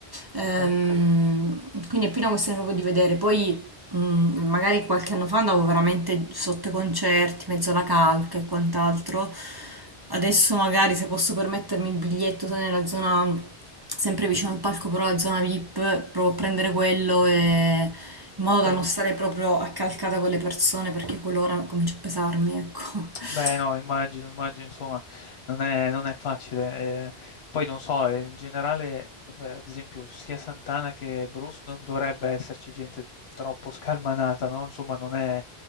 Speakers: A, on the right; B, on the left.
A: Ehm,
B: Okay,
A: quindi è più una questione proprio di vedere. Poi Mm, magari qualche anno fa andavo veramente sotto i concerti, mezzo alla calca e quant'altro. Adesso magari se posso permettermi il biglietto sono nella zona sempre vicino al palco, però la zona VIP, provo a prendere quello e- in
B: okay.
A: modo da non stare proprio accalcata con le persone perché quell'ora comincia a pesarmi, ecco. <laughs>
B: Beh, no, immagino, immagino insomma non è non è facile. Ehm, poi non so, ehm, in generale, vabbè, ad esempio sia Santana che Bruce non dovrebbe esserci gente troppo scalmanata, no, insomma non è un